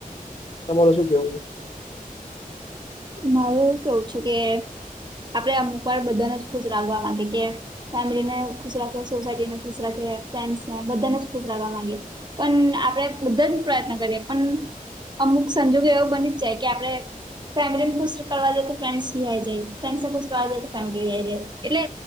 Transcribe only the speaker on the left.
તમારુ શું કેવું છે?